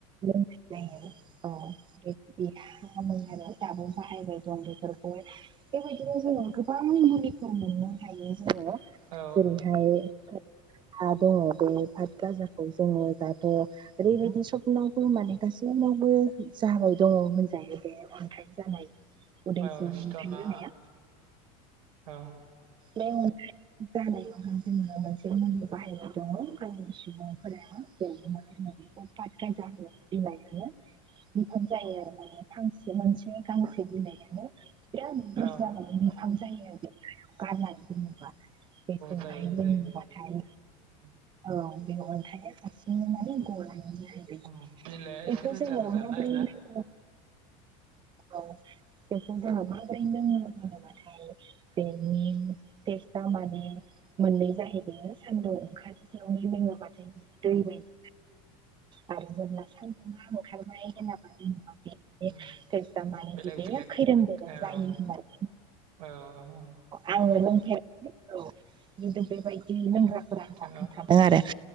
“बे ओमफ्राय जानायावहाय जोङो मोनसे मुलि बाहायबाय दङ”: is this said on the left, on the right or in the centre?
Right